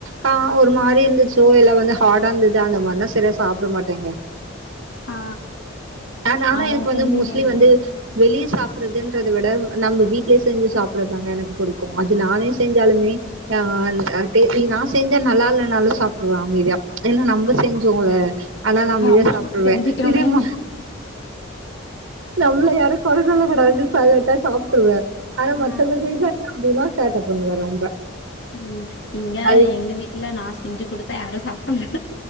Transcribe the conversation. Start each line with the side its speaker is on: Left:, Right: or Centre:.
Right: கா ஒரு மாரி இருந்துச்சு இல்ல வந்து ஹாடா இருந்துது அந்த மாரினா சரியா சாப்ட மாட்டேங்க
Left: ஆ
Right: ஆ நான
Left: ஆமா
Right: எனக்கு வந்து
Left: சொன்னீங்கல்ல
Right: மோஸ்லி வந்து வெளிய சாப்பறதுன்றது விட நம்ப வீட்லயே செஞ்சு சாப் புறதாங்க எனக்கு புடிக்கு அது நானே செஞ்சாலுமே ஆ அந்த டே இது நா செஞ்சா நல்லா இல்லனாலு சாப்ட்ருவ அமைதியா ஏனா நம்ப செஞ்சோல அதுனால நா அமைதியா
Left: ஆமா
Right: சாப்ட்ருவே
Left: செஞ்சுட்டோமே
Right: இதே மா நம்மள யாரு கொறசொல்ல கூடாதுனு சைலன்டா சாப்ட்ருவ ஆனா
Left: ஆ
Right: மத் தவங்க <inaudible> அப்டினா சேட்டப் பண்ணுவே ரொம்ப
Left: ம் இங்க
Right: அது
Left: எங்க வீட்ல நா செஞ்சு குடுத்தா யாரு சாப்ட மாட்ட